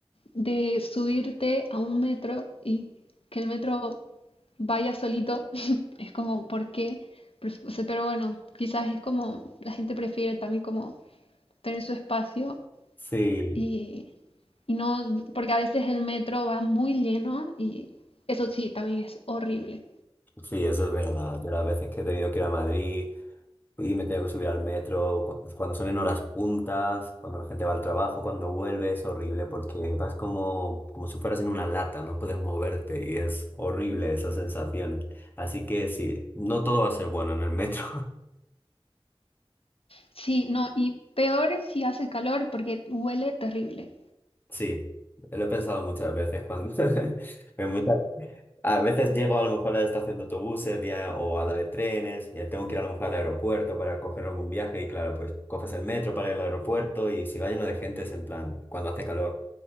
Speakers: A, on the left; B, on the left.
A: de subirte a un metro y que el metro vaya solito, <laughs> es como, ¿por qué? Pref- o sea, pero bueno, quizás es como, la gente prefiere también como tener su espacio
B: Sí,
A: y, y no, porque a veces el metro va muy lleno y eso sí, también es horrible.
B: sí, eso es verdad. Yo las veces que he tenido que ir a Madrid y me tengo que subir al metro, cu- cuando son en horas puntas, cuando la gente va al trabajo, cuando vuelve, es horrible porque vas como, como si fueras en una lata, no puedes moverte y es horrible esa sensación. Así que sí, no todo va a ser bueno en el metro.
A: Sí, no, y peor si hace calor porque huele terrible.
B: Sí, lo he pensado muchas veces cuando <laughs> en muchas- a veces llego a lo mejor a la estación de autobuses vía- o a la de trenes y tengo que ir a lo mejor al aeropuerto para coger algún viaje y claro, pues coges el metro para ir al aeropuerto y si va lleno de gente es en plan cuando hace calor.